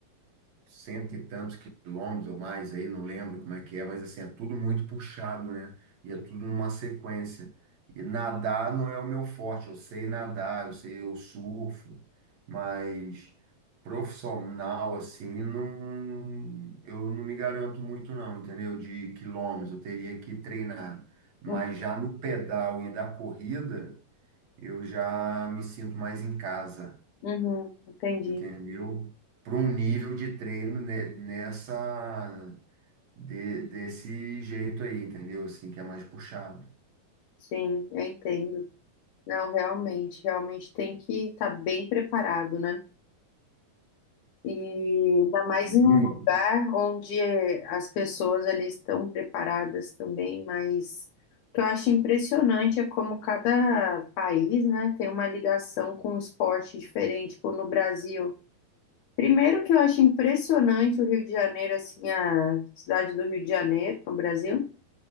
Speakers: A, on the right; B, on the left.
A: cento e tantos quilômetros ou mais aí, não lembro como é que é, mas assim, é tudo muito puxado, né? E é tudo numa sequência. E nadar não é o meu forte, eu sei nadar, eu sei, eu surfo, mas profissional assim, não, eu não me garanto muito não, entendeu? De quilômetros, eu teria que treinar. Mas
B: Uhum,
A: já no pedal e da corrida, eu já me sinto mais em casa,
B: uhum, entendi.
A: entendeu? Para um nível de treino né, nessa de- desse jeito aí, entendeu? Assim, que é mais puxado.
B: Sim, eu entendo. Não, realmente, realmente tem que estar bem preparado, né? E ainda mais
A: muito.
B: em um lugar onde eh, as pessoas ali estão preparadas também, mas o que eu acho impressionante é como cada país, né, tem uma ligação com um esporte diferente, como no Brasil. Primeiro que eu acho impressionante o Rio de Janeiro, assim, a cidade do Rio de Janeiro, no Brasil,